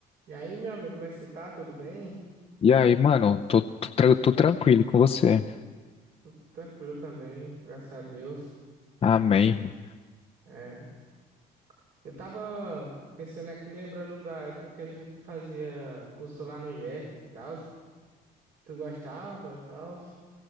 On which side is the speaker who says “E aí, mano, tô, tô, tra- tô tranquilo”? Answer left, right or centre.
Left